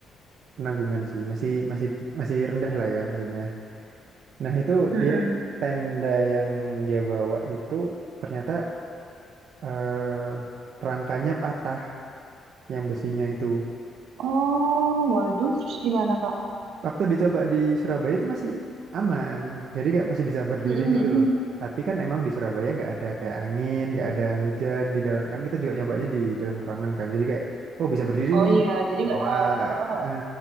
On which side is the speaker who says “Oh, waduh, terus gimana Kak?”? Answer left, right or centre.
Right